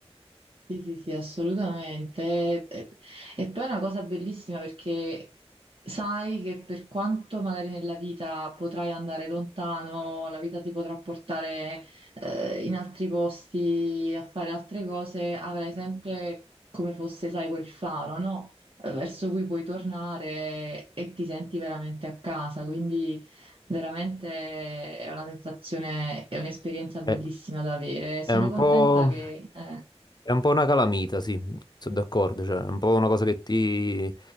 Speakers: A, on the right; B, on the left.
A: Sì, sì, sì, assolutamente. E, e poi è una cosa bellissima perché sai che per quanto magari nella vita potrai andare lontano, la vita ti potrà portare eh, in altri posti a fare altre cose, avrai sempre come fosse, sai, quel faro, no? Eh, Verso cui puoi tornare e ti senti veramente a casa. Quindi veramente è una sensazione, è un'esperienza bellissima
B: È,
A: da avere. Sono
B: è un
A: contenta
B: po'...
A: che... eh,
B: È un po' una calamita, sì, sono d'accordo, cioè, è un po' una cosa che ti,